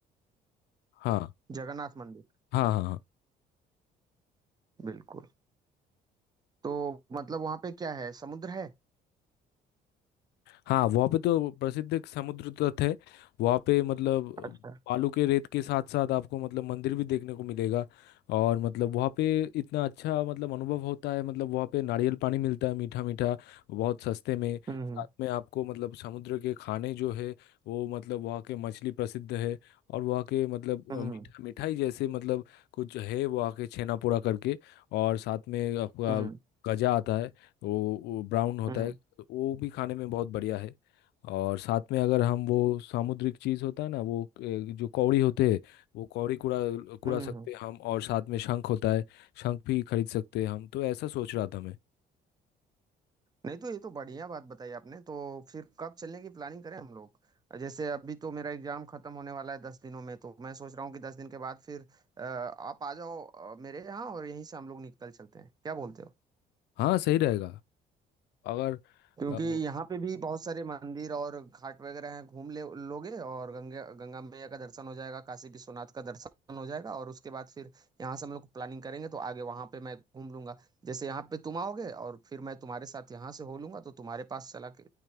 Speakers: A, on the left (about 80°); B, on the right (about 25°).
A: हाँ
B: जगन्नाथ मंदिर
A: हाँ हाँ हाँ
B: बिल्कुल तो मतलब वहां पे क्या है समुद्र है
A: हाँ वहाँ पे तो प्रसिद्ध एक समुद्र तट है वहाँ पे मतलब
B: अच्छा
A: बालू के रेत के साथ साथ आपको मतलब मंदिर भी देखने को मिलेगा और मतलब वहाँ पे इतना अच्छा मतलब अनुभव होता है मतलब वहाँ पे नारियल पानी मिलता है मीठा मीठा बहुत सस्ते में
B: हम्म
A: साथ में आपको मतलब समुद्र के खाने जो है वो मतलब वहाँ के मछली प्रसिद्ध है और वहाँ के मतलब
B: हम्म
A: अ, मिठा मिठाई जैसे मतलब कुछ है वहाँ के छेना पोड़ा करके और साथ में आपका
B: हम्म
A: गजा आता है वो, वो ब्राउन होता
B: हम्म
A: है तो वो भी खाने में बहुत बढ़िया है और साथ में अगर हम वो सामुद्रिक चीज़ होता है ना वो ए, जो कौड़ी होते हैं वो कौड़ी कुड़ा कुड़ा
B: हम्म
A: सकते हैं हम और साथ में शंख होता है शंख भी खरीद सकते हैं हम तो ऐसा सोच रहा था मैं
B: नहीं तो ये तो बढ़िया बात बताई आपने तो फिर कब चलने की प्लानिंग करें हम लोग जैसे अभी तो मेरा एग्जाम खत्म होने वाला है दस दिनों में तो मैं सोच रहा हूँ कि दस दिन के बाद फिर अ, आप आ जाओ अ, मेरे यहाँ और यहीं से हम लोग निकल चलते हैं क्या बोलते हो
A: हाँ सही रहेगा अगर
B: क्योंकि
A: अ,
B: यहाँ पे भी बहुत सारे मंदिर और घाट वगैरह हैं घूम ले लोगे और गंगा गंगा मैया का दर्शन हो जाएगा काशी विश्वनाथ का दर्शन हो जाएगा और उसके बाद फिर यहाँ से हम लोग प्लानिंग करेंगे तो आगे वहाँ पे मैं घूम लूंगा जैसे यहाँ पे तुम आओगे और फिर मैं तुम्हारे साथ यहाँ से हो लूंगा तो तुम्हारे पास चला के